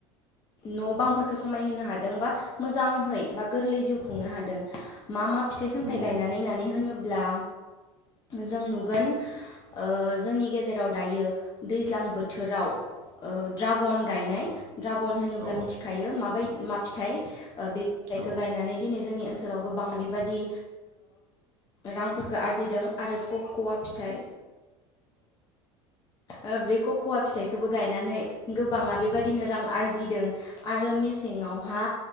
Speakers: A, on the left; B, on the right.
A: न' बांफोरखौ समायहोनो हादोंबा मोजांहै बा गोरलै जिउ खुंनो हादों मा मा फिथाइ सामथायाइ
B: नंगौ
A: गायनानै
B: औ
A: नायनानै होनोब्ला जों नुगोन ओ जोंनि गेजेराव दायो दैज्लां बोथोराव ओ दड्रागन गायनाय
B: औ
A: ड्रागन होनोब्ला
B: औ
A: मिथिखायो माबाय मा फिथाइ ओ बे फिथाइखौ
B: औ
A: गायनानै दिनै जोंनि ओनसोलाव गोबां बेबादि रांफोरखौ आरजिदों आरो कख'वा फिथाइ ओ बे कख'वा फिथाइ खोबो गनायनानै गोबांङा बादिनो रां आरजिदों आरो मेसेङावहा